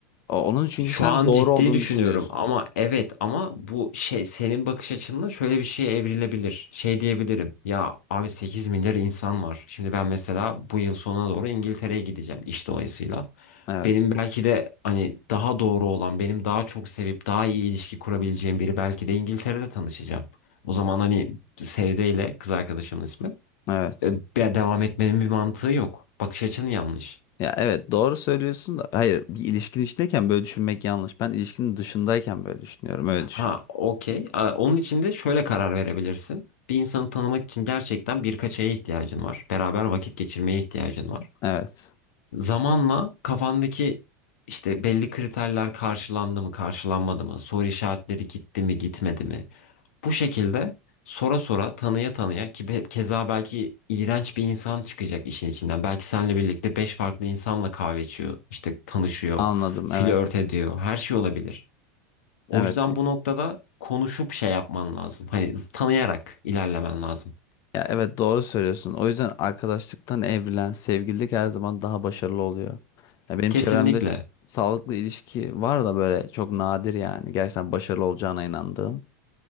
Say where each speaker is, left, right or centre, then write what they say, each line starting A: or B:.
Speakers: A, on the left; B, on the left.
A: O- Onun çünkü
B: Şu
A: sen
B: an
A: doğru
B: ciddi
A: olduğunu
B: düşünüyorum
A: düşünüyorsun.
B: ama evet ama bu şey senin bakış açınla şöyle bir şeye evrilebilir. Şey diyebilirim ya abi 8 milyar insan var. Şimdi ben mesela bu yıl sonuna doğru İngiltere'ye gideceğim iş dolayısıyla.
A: Evet.
B: Benim belki de hani daha doğru olan benim daha çok sevip daha iyi ilişki kurabileceğim biri belki de İngiltere'de tanışacağım. O zaman hani Sevde ile kız arkadaşımın ismi.
A: Evet.
B: e, be- Devam etmenin bir mantığı yok. Bakış açın yanlış.
A: Ya evet doğru söylüyorsun da hayır bir ilişkin içindeyken böyle düşünmek yanlış. Ben ilişkinin dışındayken böyle düşünüyorum. Öyle
B: Ha,
A: düşün.
B: okey. Ee, Onun için de şöyle karar verebilirsin. Bir insanı tanımak için gerçekten birkaç aya ihtiyacın var. Beraber vakit geçirmeye ihtiyacın var.
A: Evet.
B: Zamanla kafandaki işte belli kriterler karşılandı mı, karşılanmadı mı, soru işaretleri gitti mi, gitmedi mi? Bu şekilde sora sora, tanıya tanıya ki be- keza belki iğrenç bir insan çıkacak işin içinden. Belki seninle birlikte beş farklı insanla kahve içiyor, işte tanışıyor,
A: Anladım
B: flört
A: evet.
B: ediyor, her şey olabilir. O
A: Evet.
B: yüzden bu noktada konuşup şey yapman lazım. Hani tanıyarak ilerlemen lazım.
A: Ya evet doğru söylüyorsun. O yüzden arkadaşlıktan evrilen sevgililik her zaman daha başarılı oluyor. Ya benim
B: Kesinlikle.
A: çevremde ç- sağlıklı ilişki var da böyle çok nadir yani. Gerçekten başarılı olacağına inandığım.